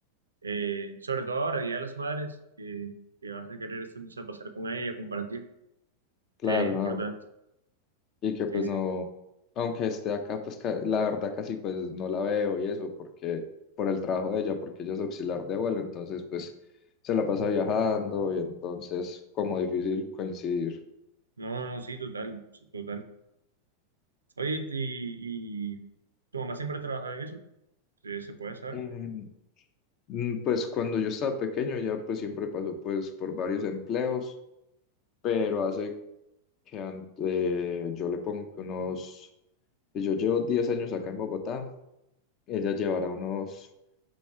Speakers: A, on the right; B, on the left.
A: Eh, sobre todo ahora, Día de las Madres, que, que vas a querer este, entonces, pasar con ella, compartir.
B: Claro,
A: Eh, es importante.
B: ¿no? Y que pues
A: Sí, sí.
B: no, aunque esté acá, pues ca- la verdad casi pues no la veo y eso, porque por el trabajo de ella, porque ella es auxiliar de vuelo, entonces pues se la pasa
A: Uh,
B: viajando y entonces como difícil coincidir.
A: no, no, sí, total, sí, total. Oye, ¿y, y tu mamá siempre ha trabajado en eso? Sí, ¿Se puede saber?
B: Em, Mm, Pues cuando yo estaba pequeño ya pues siempre pasó pues por varios empleos, pero hace que ante- yo le pongo que unos, si yo llevo 10 años acá en Bogotá, ella llevará unos